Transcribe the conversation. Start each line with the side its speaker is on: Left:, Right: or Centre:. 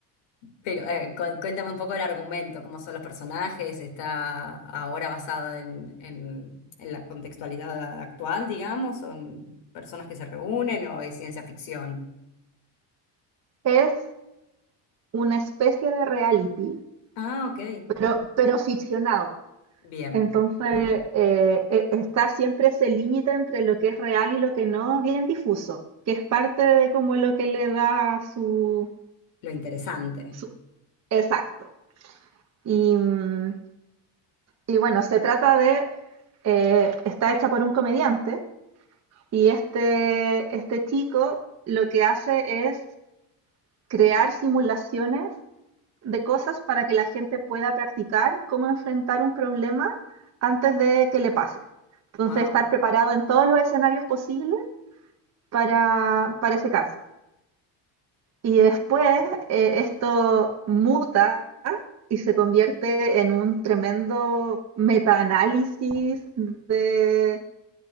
Left: Pero eh, cu- cuéntame un poco el argumento, cómo son los personajes, está ahora basado en, en, en la contextualidad actual, digamos, son personas que se reúnen o es ciencia ficción.
Right: Es una especie de reality,
Left: Ah, ok,
Right: pero, pero ficcionado.
Left: bien.
Right: Entonces, eh, e- está siempre ese límite entre lo que es real y lo que no, bien difuso, que es parte de como lo que le da su,
Left: lo interesante.
Right: su- exacto. Y, mm, y bueno, se trata de, eh, está hecha por un comediante y este, este chico lo que hace es crear simulaciones de cosas para que la gente pueda practicar cómo enfrentar un problema antes de que le pase. Entonces,
Left: Wow,
Right: estar preparado en todos los escenarios posibles para, para ese caso. Y después eh, esto muta y se convierte en un tremendo metaanálisis de